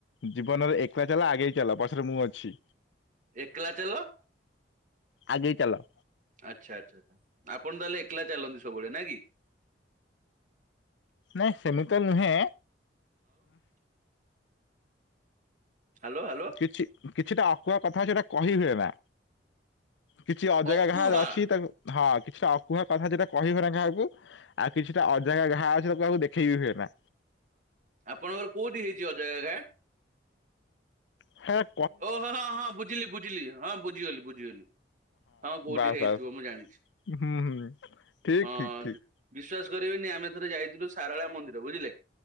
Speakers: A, on the left; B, on the right.
A: ଜୀବନରେ ଏକଲା ଚାଲ ଆଗେଇ ଚାଲ ପଛରେ ମୁଁ ଅଛି।
B: ଏକଲା ଚାଲ
A: ଆଗେଇ ଚାଲ
B: ଆଚ୍ଛା ଆଚ୍ଛା ଆଛା। ଆପଣ ତାହେଲେ ଏକଲା ଚାଲନ୍ତି ସବୁବେଳେ ନା କି?
A: ନାଇଁ ସେମିତି ନୁହେଁ
B: ହାଲୋ ହାଲୋ।
A: କିଛି କିଛିଟା ଅକୁହା କଥା ସେଟା କହି ହୁଏ ନା କିଛି ଅଜଗା
B: ଅକୁହା
A: ଘାଁରେ ଅଛି ତାକୁ ହଁ କିଛିଟା ଅକୁହା କଥା ଯେଟା କହି ହୁଏ ନା କାହାକୁ। ଆଉ କିଛିଟା ଅଜଗା ଘା ଅଛି ତାକୁ ଦେଖେଇ ହୁଏ ନା।
B: ଆପଣଙ୍କର କୋଉଠି ହେଇଛି ଅଜଗା ଘା?
A: ହା
B: ଓ ହଁଁ ହଁ ବୁଝିଲି ବୁଝିଲି ହଁ ବୁଝିଗଲି ବୁଝିଗଲି। ହଁ କୋଉଠି
A: ବାସ୍
B: ହେଇଥିବ
A: ବାସ୍
B: ମୁଁ ଜାଣିଛି
A: ହୁଁ ହୁଁ। ଠିକ୍
B: ହଁ।
A: ଠିକ୍ ଠିକ୍
B: ବିଶ୍ଵାସ କରିବେନି ଆମେ ଥରେ ଯାଇଥିଲୁ ସାରଳା ମନ୍ଦିର ବୁଝିଲେ